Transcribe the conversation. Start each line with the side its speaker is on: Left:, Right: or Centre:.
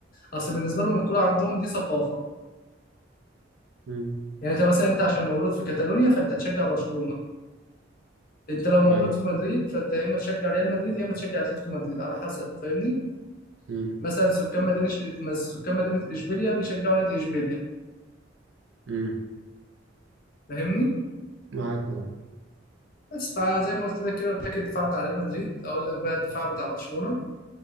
Left: اصل بالنسبة لهم الكورة عندهم دي ثقافة
Right: امم
Left: يعني انت مثلا انت عشان مولود في كاتالونيا فانت تشجع برشلونة انت لو مولود
Right: يعني
Left: في مدريد فانت يا اما تشجع ريال مدريد يا اما تشجع اتلتيكو مدريد على حسب فاهمني
Right: امم
Left: مثلا سكان مدينه إش- مس- سكان مدينه اشبيليا بيشجعوا نادي اشبيليا
Right: امم
Left: فاهمني
Right: معاك اه
Left: بس فزي ما قلت لك كده قلت لك الدفاع بتاع ريال مدريد اقول لك بقى الدفاع بتاع برشلونه